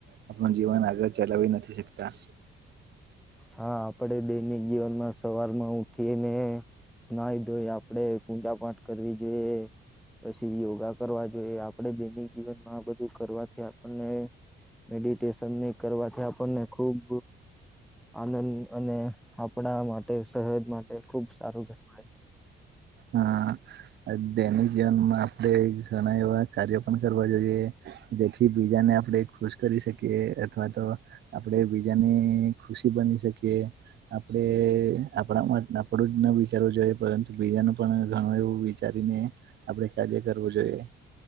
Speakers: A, on the right; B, in the centre.
A: આપણ જીવન આગળ ચલાવી નથી શકતા.
B: હા આપડે બેનિક જીવનમાં સવાર માં ઉઠીને નાઈ ધોઈ આ આપડે પૂજા પાઠ કરવી જોઈએ પછી યોગા કરવા જોઈએ આપડે દૈનિક જીવન આ બધું કરવાથી આપણને મેડિટેશનની કરવાથી આપણને ખુબ આનંદ અને આપણા માટે સહદ માટે ખુબ સારું કહેવાય.
A: હા દૈનિક જીવનમાં આપણેે ઘણા એવા કાર્યો પણ કરવા જોઈએ. જેથી બીજાને આપડે ખુશ કરી શકીએ અથવા તો આપણેે બીજાને ખુશી બની શકીએ. આપડે આપણા માટે આપણું જ ના વિચારવું જોઈએ પરંતુ બીજાનું પણ ઘણું એવું વિચારીને આપડે કાર્ય કરવું જોઈએ.